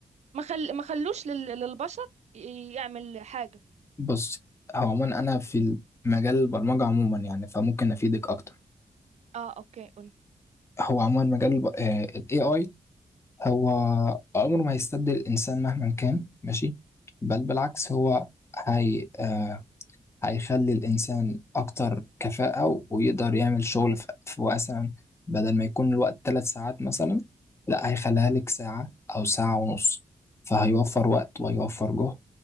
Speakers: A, on the right; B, on the left.
A: ما خل... ما خلوش لل... للبشر ي- يعمل حاجة
B: بص هو عموما أنا في مجال البرمجة عموما يعني فممكن أفيدك أكتر
A: آه أوكي قولي
B: هو عموما مجال الب- آه، ال AI هو عمره ما هيستبدل الإنسان مهما كان ماشي بل بالعكس هو هي آه، هيخلي الإنسان أكتر كفاءة ويقدر يعمل شغل في في مثلا بدل ما يكون الوقت ثلاث ساعات مثلا لا هيخليها لك ساعة أو ساعة ونص فهيوفر وقت وهيوفر جهد